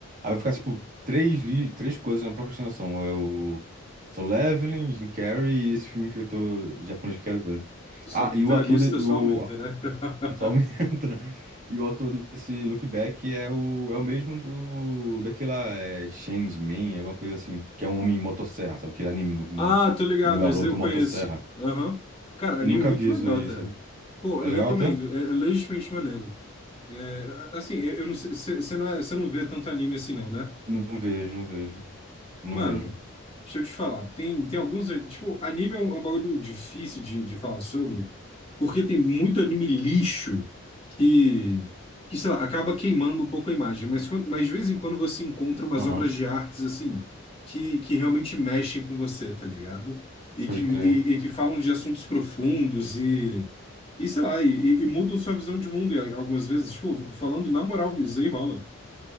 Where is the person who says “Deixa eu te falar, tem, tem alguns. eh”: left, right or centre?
Left